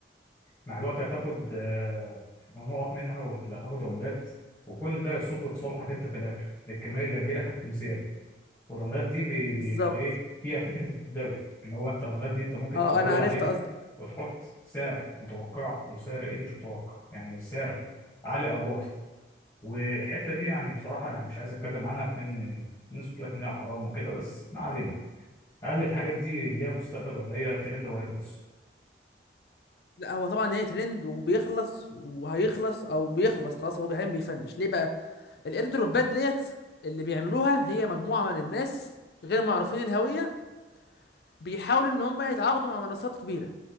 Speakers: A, on the left; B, on the left.
A: مع الوقت هتاخد آه، نقط منها وهتاخد عملات وكل ده يصب في صالحك انت في الاخر الكميه اللي هتجيلك هتكون زياده والعملات دي بي-
B: بالظبط
A: بيبقى ايه فيها فكره التداول ان هو انت العملات دي انت ممكن
B: اه
A: تتداول
B: انا عرفت
A: عليها
B: قصدك
A: وتحط سعر متوقع وسعر ايه مش متوقع يعني سعر عالي او واطي والحته دي يعني بصراحه انا مش عايز اتكلم عنها كمان الناس بتقول لك انها حرام وكده بس ما علينا هل الحاجات دي ليها مستقبل ولا هي ترند وهيخلص
B: لا هو طبعا هي ترند وبيخلص وهيخلص او بيخلص خلاص هو احيانا بيفنش ليه بقى الاير دروبات ديت اللي بيعملوها هي مجموعه من الناس غير معروفين الهويه بيحاولوا ان هم يتعاقدوا مع منصات كبيره